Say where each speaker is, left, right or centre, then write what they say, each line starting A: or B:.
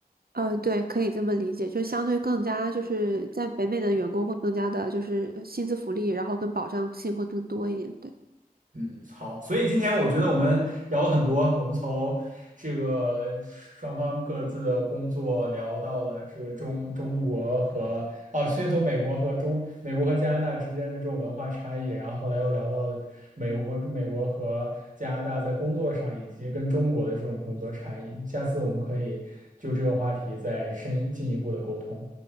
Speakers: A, on the right; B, on the right.
A: 呃，对，可以这么理解，就相对更加就是在北美的员工会更加的，就是呃薪资福利，然后跟保障性会更多一点，对。
B: 嗯，好，所以今天我觉得我们聊了很多，我们从这个双方各自的工作聊到了这个中中国和哦，先从美国和中美国和加拿大之间的这种文化差异，然后后来又聊到了美国和美国和加拿大在工作上以及跟中国的这种工作差异。下次我们可以就这个话题再深进一步的沟通。